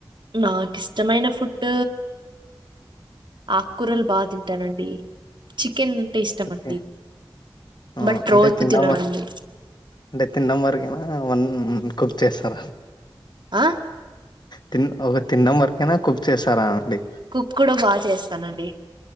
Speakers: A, on the right; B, on the left.
A: నాకు ఇష్టమైన ఫుడ్ ఆకుకూరలు బాగా తింటానండి డీ చికెన్ అంటే ఇష్టం
B: ఓకే
A: అండి
B: ఆ
A: బట్
B: అంటే
A: రోజు
B: తినడం
A: తిననండి
B: వ అంటే తినడం వరకేన ఏవన్ కుక్ చేస్తారా
A: ఆ
B: తిన్ ఒక తినడం వరకేనా కుక్ చేస్తారా అండి
A: కుక్ కూడా బాగా చేస్తానండి